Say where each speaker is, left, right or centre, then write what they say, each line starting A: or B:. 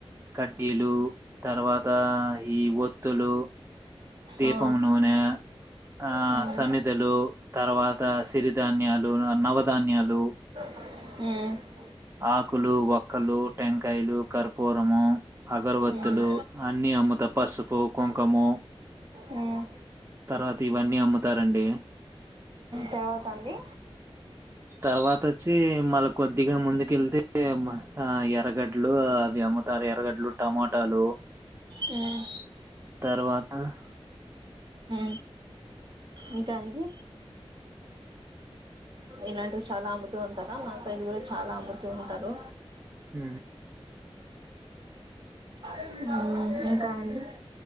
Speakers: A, on the right; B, on the right.
A: కడ్డీలు తర్వాత ఈ ఒత్తులు దీపం
B: ఆ
A: నూనె ఆ
B: మ్మ్
A: సమిదలు తర్వాత సిరిధాన్యాలు, నవధాన్యాలు
B: హు
A: ఆకులు వ వక్కలు, టెంకాయలు, కర్పూరము, అగరవత్తులు
B: మ్మ్
A: అన్నీ అమ్ముతా పసుపు, కుంకము
B: మ్మ్
A: తర్వాత ఇవన్నీ అమ్ముతారండి.
B: తర్వాతండి
A: తర్వాత వచ్చి మళ్ళ కొద్దిగా ముందు కిందకి అమ్మ ఎరగడ <unintelligible> అవి అమ్ముతారు ఎరగడ్లు టమాటాలు
B: మ్మ్
A: తర్వాత ఆ
B: అ ఇంకా అండి ఇలాంటివి చాలా అమ్ముతూ ఉంటారా మా సైడ్ కూడా చాలా అమ్ముతూ ఉంటారు
A: హ
B: ఉ
A: ఇంకా
B: ఇంకానండి
A: అండి